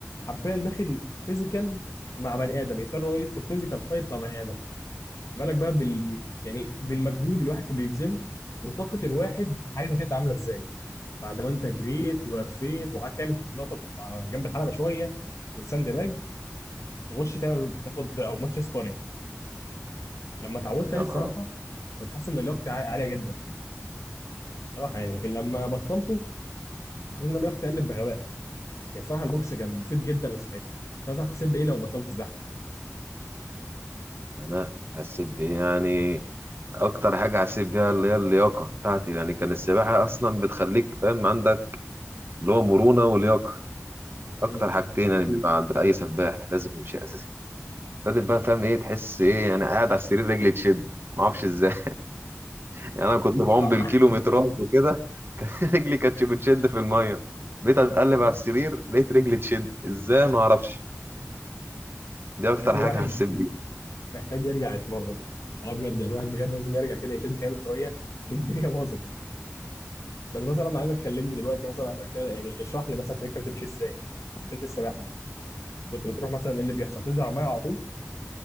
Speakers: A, on the left; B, on the right.
A: حرفيا داخل فيزيكال مع بني ادم يضطر إن هو يدخل فيزيكال فايت مع بني ادم مالك بقى بال... ب- يعني بالمجهود الواحد كان بيبذله وطاقه الواحد عايزه كانت عامله ازاي بعد ما انت جريت ولفيت وقعدت تعمل نقطه على جنب الحلبه شويه والساند باج تخش تعمل تاخد او ماتش سبارنج لما اتعودت
B: يا
A: عليه الصراحه
B: نهار أبيض.
A: كنت حاسس ان لياقتي عاليه جدا صراحه يعني لكن لما بطلته حسيت ان لياقتي قلت بغباء يا صراحه البوكس كان مفيد جدا لصحتي مثلا حسيت بايه لو بطلت الزحمه
B: أنا حسيت بيه يعني أكتر حاجة حسيت بيها اللي هي اللياقة بتاعتي يعني كان السباحة أصلا بتخليك فاهم عندك اللي هو مرونة ولياقة أكتر
A: مم.
B: حاجتين يعني بيبقى عند أي سباح لازم شيء أساسي ابتدت بقى فاهم إيه تحس إيه أنا قاعد على السرير رجلي تشد معرفش إزاي يعني انا كنت بعوم
A: اه
B: بالكيلومترات وكده <laughs> رجلي كانتش بتشد في الميه بقيت اتقلب على السرير لقيت رجلي تشد ازاي ما اعرفش دي
A: والله
B: اكتر
A: الواحد
B: حاجه حسيت بيها
A: محتاج يرجع يتمرن اه بجد يعني الواحد بجد لازم يرجع كده يشد حيله شويه الدنيا باظت بس مثلا عايزك تكلمني دلوقتي مثلا عايزك كده يعني اشرح لي مثلا الفكره بتمشي ازاي انت السباحه كنت بتروح مثلا ايه اللي بيحصل تنزل على الميه على طول